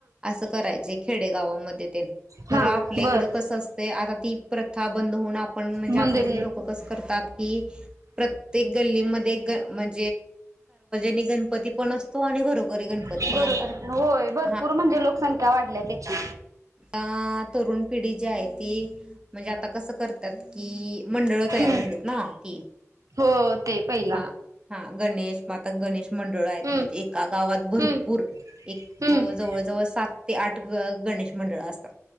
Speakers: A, on the right; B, on the right.
A: असं करायचे खेडे गावामध्ये ते.
B: हा
A: खरं आपल्या
B: बर
A: इकड कसं असते, आता ती प्रथा बंद होऊन आपण म्हणजे
B: मंदिर
A: आपल्या लोक कसं करतात. <unintelligible> प्र ग म्हण नी गणपती पण असतो आणि घरोघरी गणपती
B: बरोबर
A: पण असतात
B: होय भरपूर
A: हा.
B: म्हणजे लोकसंख्या वाढल्या त्याची.
A: आता तरुण पिढी जी आहे, ती म्हणजे आता कसं करतात की. मंडळ तयार
B: हम्म
A: झालीत ना ती
B: हो ते पहिला
A: हा हा गणेश म आता गणेश मंडळ आहेत,
B: हम्म
A: म्हणजे एका गावात भरपूर
B: हम्म
A: एक
B: हम्म
A: जवळजवळ सात ते आठ ग गणेश मंडळ असतात